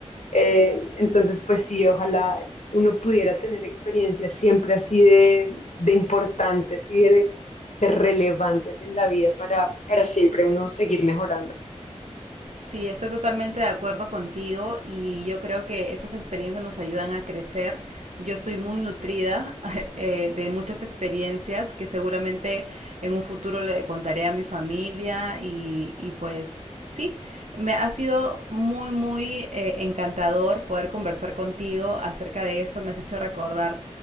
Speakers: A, on the left (about 75°); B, on the right (about 75°).
A: eh, entonces, pues sí, ojalá uno pudiera tener experiencias siempre así de, de importantes y de, de relevantes en la vida para, para siempre uno seguir mejorando.
B: Sí, estoy totalmente de acuerdo contigo y yo creo que estas experiencias nos ayudan a crecer. Yo soy muy nutrida <laughs> eh, de muchas experiencias que seguramente en un futuro le contaré a mi familia y, y pues sí, me ha sido muy, muy eh, encantador poder conversar contigo acerca de eso. Me has hecho recordar